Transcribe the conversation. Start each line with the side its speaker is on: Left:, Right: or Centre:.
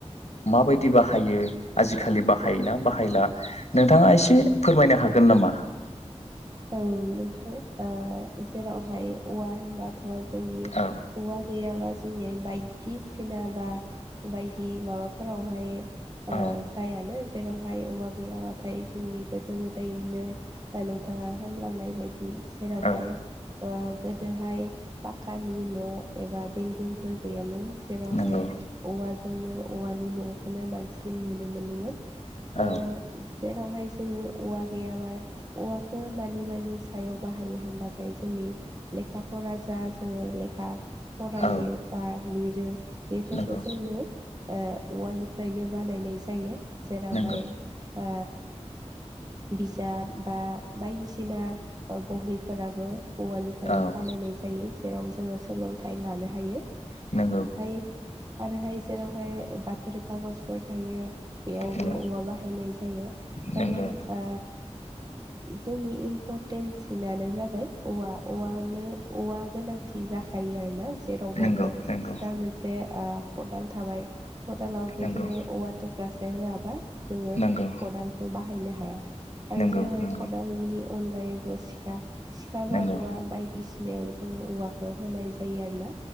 Left: माबायदि बाहायो आजिखालि बाहायोना बाहायला नोंथाङा एसे फोरमायनो हागोन गोन नामा
Right: औ नोंथां ओ जेरावहाय औवा होनबाथ'। जोंनि
Left: औ
Right: औवा गैयाबा जोंनि बायदिसिना बा बायदि माबाफोरावहाय ओ
Left: औ
Right: जायानो जेरावहाय औवा गैयाब्ला नाथाय जोंनि गोदो गोदायनो नोंथाङा होनलांनाय जेरावहाय
Left: औ
Right: ओ गोदोहाय पाकानि न' एबा बिलडिंफोर गैयामोन जेरावहाय
Left: नंगौ
Right: औवा जोंनो औवानि न'खौनो बांसिन नुनो मोनोमोन
Left: औ
Right: ओ जेरावहाय जोङो औवा गैयाबा औवाखौ मानि मानि सायाव बाहायो होनबाथाय जोंनि लेखाफोरा जा जोङो लेखा फरायो
Left: औ
Right: बा लिरो बेफोरफोरखौ
Left: नंगौ
Right: जोंनो ओ औवानिफ्रायनो बानायनाय जायो जेरावहाय
Left: नंगौ
Right: ओ बिजाब बा बायदिसिना ओ बहिफोराबो औवानिफ्रायनो
Left: औ
Right: बानायनाय जायो जेराव जोङो सोलोंथाइ लानो हायो।
Left: नांगौ।
Right: ओमफाय आरोहाय जेरावहाय बाथरि खागजफोर थायो। बेयावबो
Left: नंगौ
Right: औवा बाहायनाय जायो माने
Left: नंगौ
Right: ओ जोंनि इम्पर्ट सिनानो जाबाय औवा औवा नो औवा गोनांथि जाखायो आरोना जेरावबाबो
Left: नंगौ नंगौ
Right: जा मोनसे ओ खदाल थाबाय खदालावबो
Left: नंगौ
Right: जोङो औवा थख <unintelligible> जोङो
Left: नंगौ
Right: खदालखौ बाहायनो हाया आरो
Left: नंगौ
Right: जेरैहाय
Left: नंगौ
Right: खदालनि अनगायैबो सिखा सिखा
Left: नंगौ
Right: बारुवा बायदिसिनायाव जोङो औवाखौ होनाय जायो आरो ना।